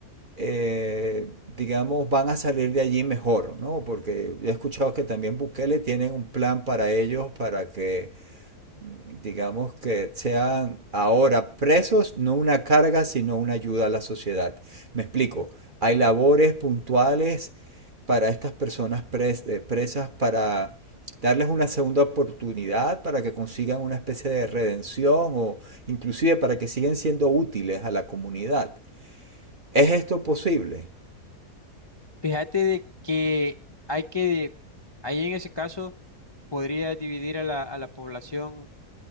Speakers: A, on the right; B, on the left.
A: eh, digamos, van a salir de allí mejor, ¿no? Porque yo he escuchado que también Bukele tiene un plan para ellos, para que digamos que sean ahora presos, no una carga, sino una ayuda a la sociedad. Me explico,
B: ujú.
A: hay labores puntuales para estas personas pres- eh, presas para darles una segunda oportunidad, para que consigan una especie de redención o inclusive para que sigan siendo útiles a la comunidad. ¿Es esto posible?
B: Fíjate de que hay que, ahí en ese caso, podría dividir a la, a la población